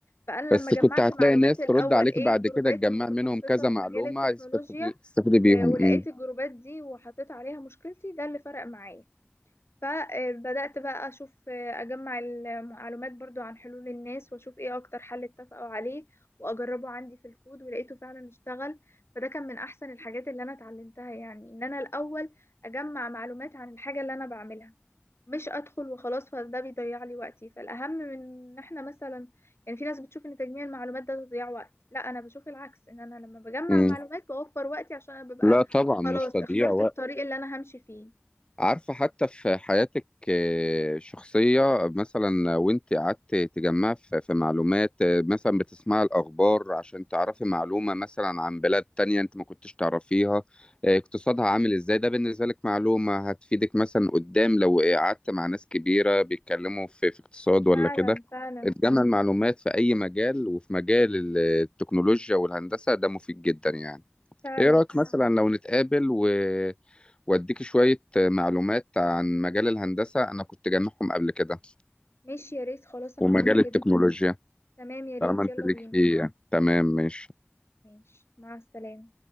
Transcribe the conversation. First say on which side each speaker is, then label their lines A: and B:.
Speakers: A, on the left; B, on the left.
A: فأنا
B: بس
A: لما جمعت
B: كنت هتلاقي
A: معلومات
B: ناس
A: الأول
B: ترد عليك
A: إيه
B: بعد
A: الجروبات
B: كده تجمع
A: المتخصصة
B: منهم كذا
A: في
B: معلومه
A: مجال التكنولوجيا
B: تستفيد تستفيد بيهم
A: آه، ولقيت
B: مم.
A: الجروبات دي وحطيت عليها مشكلتي ده اللي فرق معايا فبدأت بقى أشوف أجمع المعلومات برضو عن حلول الناس وأشوف إيه أكتر حل اتفقوا عليه وأجربه عندي في الكود ولقيته فعلا اشتغل فده كان من أحسن الحاجات اللي أنا اتعلمتها يعني إن أنا الأول أجمع معلومات عن الحاجة اللي أنا بعملها مش أدخل وخلاص فده بيضيع لي وقتي فالأهم من إن إحنا مثلا يعني في ناس بتشوف إن تجميع المعلومات ده تضيع وقت لا أنا بشوف العكس إن أنا لما بجمع
B: مم.
A: معلومات بوفر وقتي عشان أنا ببقى
B: لا طبعا
A: خلاص
B: مش تضييع
A: اخترت
B: وقت
A: الطريق اللي أنا همشي فيه
B: عارفة حتى في حياتك آه، شخصية مثلا وانت قعدت تجمع في في معلومات آه، مثلا بتسمع الأخبار عشان تعرفي معلومة مثلا عن بلاد تانية انت ما كنتش تعرفيها آه، اقتصادها عامل ازاي ده بالنسبة لك معلومة هتفيدك مثلا قدام لو قعدت مع ناس كبيرة بيتكلموا في في اقتصاد ولا
A: فعلا
B: كده
A: فعلا
B: تجمع المعلومات في أي مجال وفي مجال ال- آه، التكنولوجيا والهندسة ده مفيد جدا يعني
A: فعلا
B: ايه رأيك مثلا لو نتقابل و... واديك شوية معلومات عن مجال الهندسة أنا كنت جامعهم قبل كده
A: ماشي يا ريت خلاص انا
B: ومجال
A: موافقة جدا
B: التكنولوجيا
A: تمام يا ريت
B: طالما أنت
A: يلا
B: ليك
A: بينا
B: فيه تمام ماشي
A: ماشي مع السلامة